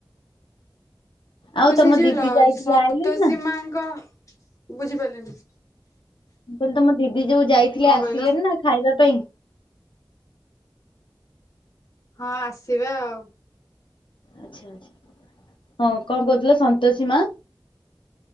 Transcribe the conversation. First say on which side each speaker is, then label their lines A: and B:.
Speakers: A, on the left (about 75°); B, on the left (about 40°).
A: ଆଉ
B: ମୁଁ
A: ତମ
B: ସେ ଯୋଉ
A: ଦିଦି
B: ଲ
A: ଯାଇଥିଲେ
B: ସନ୍ତୋଷୀ
A: ଆଇଲେଣି ନା?
B: ମାଙ୍କ ବୁଝିପାରିଲିନି।
A: ମୁଁ କହିଲି ତମ ଦିଦି ଯୋଉ ଯାଇଥିଲେ
B: କଣ
A: ଆସିଲେନି
B: କହିଲ
A: ନା ଖାଇବା ପାଇଁ?
B: ହଁ ଆସିବେ ଆଉ।
A: ଆଚ୍ଛା ଆଛା ହଁ କଣ କହୁଥିଲେ ସନ୍ତୋଷୀ ମା